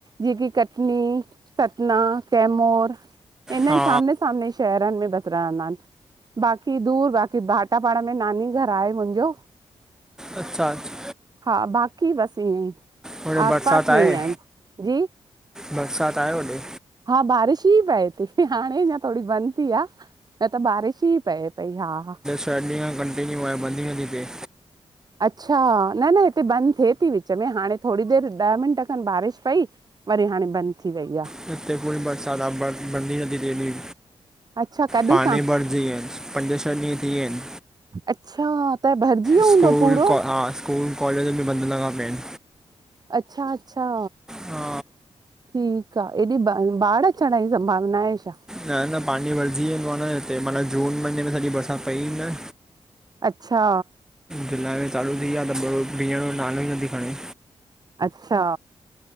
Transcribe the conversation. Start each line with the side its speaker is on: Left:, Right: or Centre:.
Right: जींअं की कटनी, सतना, कैमोर इन
Centre: हा
Right: सामने स सामने शहरनि में बस रहंदा इनि। बाकी दूर बाकी भाटापाणा में नानी घर आहे मुंजो
Centre: अच्छा अच्छ
Right: हा बाक़ी बसि ईंयंई।
Centre: होॾे
Right: आस
Centre: बरसाति
Right: पास
Centre: आहे
Right: में ही आऐन स जी
Centre: बरसाति आहे होॾे
Right: हा बारिश ई पए ती, हाणे अंञां थोड़ी बंद थी आ। त त बारिश ई पए पई हा हा।
Centre: शह ॾींंह खां कंटिन्यू आहे बंदि ई न थी थे।
Right: अच्छा, न न हिते बंदि थिए थी विच में हाणे थोड़ी देरि ॾह मिंट खनि बारिश पई वरी हाणे बंद थी वई आ।
Centre: हिते कुल बरसात आ बंद बंद ई नथी थे ॿी
Right: अच्छा कॾहिं
Centre: पांणी
Right: खां
Centre: भरजी या इनि पंज छह ॾींहं थी या इनि।
Right: अच्छा! त भरजी विओ
Centre: स्कूल
Right: हूंदोव पूरो?
Centre: को हा स्कूल कॉलेज भी बंदि लॻा पिया आहिन।
Right: अच्छा- अच्छा!
Centre: हा
Right: ठीक आ, हेॾे ब बाढ अचण जी संभावना आहे छा?
Centre: न न पाणी भरजी वेंदो आ न हिते, माना जून महीने में सॼी बरसात पई ही न।
Right: अच्छा!
Centre: जुलाई में चालू थी आ, त बरो भीयण जो नालो ई नथी खणे।
Right: अच्छा!